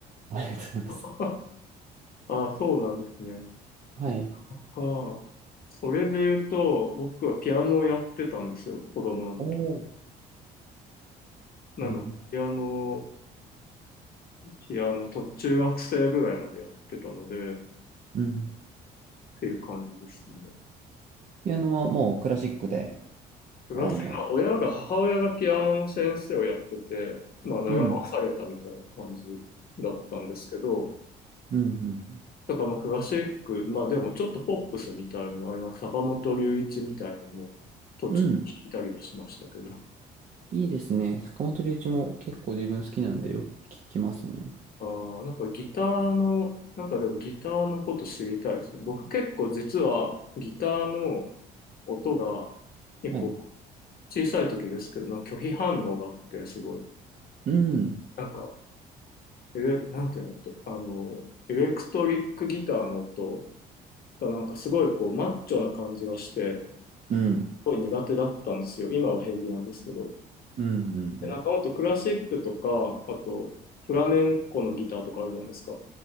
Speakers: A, on the right (about 40°); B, on the left (about 50°).
A: ありがとうございます。
B: <laughs> ああ、そうなんですね。
A: はい。
B: ああ、それで言うと、僕はピアノをやってたんですよ、子供の時。
A: おお、
B: なので、
A: なるほど。
B: ピアノ、ピアノと中学生ぐらいまでやってたので、っ
A: うん。
B: ていう感じですね。
A: ピアノはもうクラシックで、
B: プラス、
A: あの、
B: まあ親が、母親がピアノの先生をやってて、まあ、習わされたみたいな感じだったんですけど、
A: うん、うん、
B: だからまあクラシック、まあでもちょっとポップスみたいなの、あれなんか坂本龍一みたいのも途中で弾いたりはしましたけど、
A: うん。うん、いいですね。坂本龍一も結構自分好きなんでよく聞きますね。
B: あーなんかギターの、なんかでもギターのこと知りたいですね。僕結構実はギターの音が結構
A: はい。
B: 小さい時ですけど、なんか拒否反応があってすごい、
A: うん、
B: なんか、エレ、なんていうのと、あの、エレクトリックギターの音がなんかすごいこうマッチョな感じがして、
A: うん、
B: すごい苦手だったんですよ。今は平気なんですけど。
A: うん、うん、
B: で、
A: うん。
B: なんかほんとクラシックとか、あとフラメンコのギターとかあるじゃないですか。